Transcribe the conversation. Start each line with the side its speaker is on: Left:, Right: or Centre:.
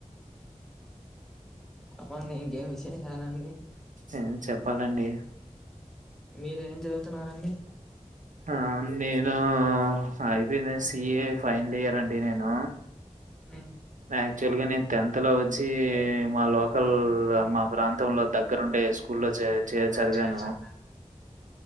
Centre: చెప్పండి ఇంకేం విశేషాలండి
Right: ఏం చెప్పాలండి
Centre: మీరేం చదువుతున్నారండి
Right: ఆ నేను అయిపోయింది సిఏ ఫైనల్ ఇయర్ అండి నేను
Centre: ఉమ్
Right: యాక్చువల్గా నేను టెన్త్ లో వచ్చి మా లోకల్ మా ప్రాంతంలో దగ్గరండే స్కూల్ చే చే
Centre: నేను
Right: చదివాను
Centre: చేశాను